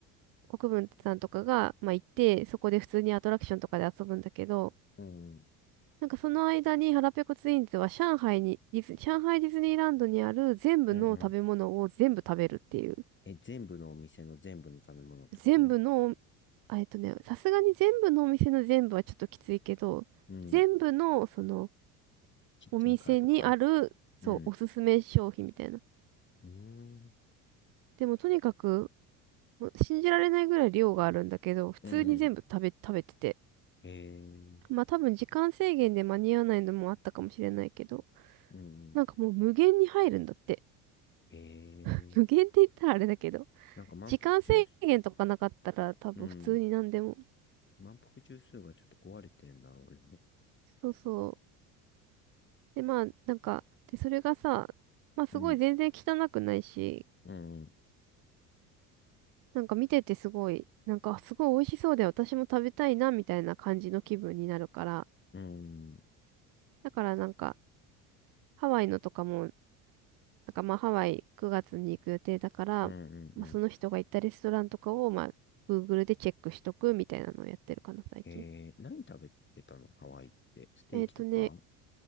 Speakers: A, on the right (about 55°); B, on the left (about 25°).
A: 国分さんとかが、まあ、行って、そこで普通にアトラクションとかで遊ぶんだけど、
B: うん。う
A: なんかその間に腹ペコツインズは上海に、ディズ、上海ディズニーランドにある全部の食べ物を全部食べるっていう。
B: ん。うん。え、全部のお店の全部の食べ物ってこと
A: 全部の、あえっとね、さすがに全部のお店の全部はちょっときついけど、
B: うん。
A: 全部の、その、
B: キッチンカーとか
A: お店にある、そう、
B: うん。
A: おすすめ商品みたいな。
B: うーん。
A: でもとにかくもう信じられないぐらい量があるんだけど、普通に全部食べ、
B: うん。
A: 食べてて。
B: ええ
A: まあ多分時間制限で間に合わないのもあったかもしれないけど、
B: うんうん。
A: なんかもう無限に入るんだって。
B: ええ
A: <laughs> 無限って言ったらあれだけど、
B: なんか満腹中枢、
A: 時間制限とかなかったら多分普通に何でも。
B: うん。満腹中枢がちょっと壊れてるんだろうね。
A: そうそう。で、まあなんか、で、それがさ、まあすごい全然汚くないし、
B: うん。うん。うん。
A: なんか見ててすごい、なんかすごい美味しそうで私も食べたいなみたいな感じの気分になるから、
B: うん。
A: だからなんか、ハワイのとかもなんかまあハワイ9月に行く予定だから、
B: うん。
A: まあ、
B: うん。
A: その人が行ったレストランとかをまあ Google でチェックしとくみたいなのをやってるかな、最近。
B: ええ何食べてたのハワイって。ステーキとか
A: えっとね、